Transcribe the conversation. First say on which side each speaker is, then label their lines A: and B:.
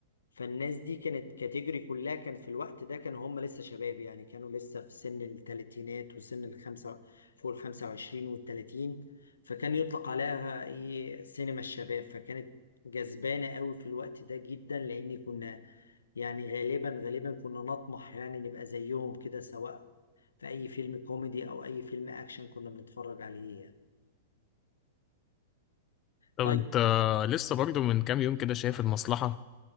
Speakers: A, on the left; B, on the left.
A: فالناس دي كانت كاتيجوري كلها كان في الوقت ده كانوا هم لسه شباب يعني كانوا لسه في سن الثلاثينات وسن الخمسة فوق الخمسة وعشرين والتلاتين فكان يطلق عليها ايه سينما الشباب فكانت جذبانة قوي في الوقت ده جدا لأن كنا يعني غالبا غالبا كنا نطمح يعني نبقى زيهم كده سواء في أي فيلم كوميدي أو أي فيلم أكشن كنا بنتفرج عليه يعني.
B: طب
A: طيب
B: انت لسه برضو من كام يوم كده شايف المصلحة